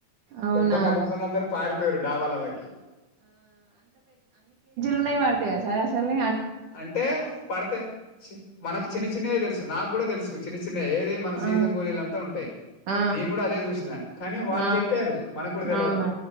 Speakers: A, on the right (about 60°); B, on the left (about 30°).
A: అవునా!
B: దెబ్బకి ఆడునోళ్ళందరు పారి డాబాలలోకి ఉమ్
A: ఉన్నయ్ పడతయా సార్ అసలు
B: అంటే పడతయ్ మనకు చిన్న చిన్నయే తెలుసు నాకు కూడా తెలుసు చిన్న చిన్న ఏది మన
A: ఆ!
B: సీసం గోలీలంతా ఉంటయ్.
A: ఆ!
B: నేను కూడా అదే చూసినా కానీ వాళ్ళు
A: ఆ!
B: చెప్పారు మనకు కూడా తెలివదు
A: అవునా!